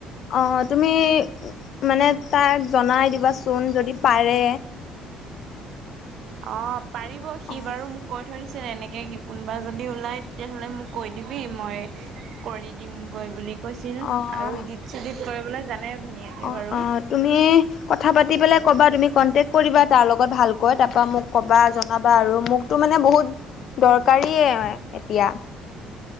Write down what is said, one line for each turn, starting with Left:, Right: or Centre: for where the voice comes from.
Left: অ তুমি মানে তাক জনাই দিবাচোন যদি পাৰে
Right: অ পাৰিব সি
Left: অ'
Right: বাৰু মোক কৈ থৈছে -- এনেকৈ কোনোবা যদি ওলায় তেতিয়াহ'লে মোক কৈ দিবি মই কৰি দিম গৈ বুলি। কৈছিল
Left: অ'
Right: আৰু ইডিত চিডিত কৰিবলৈ জানে। ধুনীয়াকে
Left: অ
Right: বাৰু।
Left: অ তুমি কথা পাতি পেলাই কবা তুমি কন্টেক কৰিবা তাৰ লগত ভাল। কয় তাৰ পৰা মোক কবা জনাবা আৰু মোকতো মানে বহুত দৰ কাৰীয়ে এতিয়া।